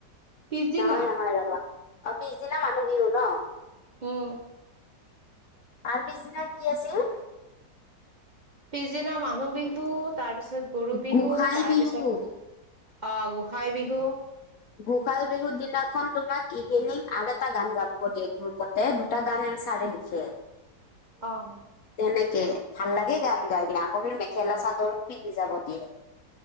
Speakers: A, on the right (about 75°); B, on the left (about 60°).
A: পিছ দিনা।
B: নহয় নহয় ৰবা, অ পিছদিনা মানুহ বিহু ন।
A: উ'ম।
B: তাৰ পিছদিনা কি আছিল?
A: পিছদিনা মানুহ বিহু তাৰপিছত গৰু বিহু
B: গোসাই
A: তাৰপিছত।
B: বিহু
A: অ গোঁসাই বিহু।
B: গোঁসাই বিহুৰ দিনাখন তোমাক ইভিনিং আৰু এটা গান গাব দিয়ে গ্ৰুপত। তে দুটা গান এ চাৰে লিখে।
A: অ'হ।
B: তেনেকে, ভাল লাগে গান গাই কিনে, আকৌ বোলে মেখেলা চাদৰো পিন্ধি যাব দিয়ে।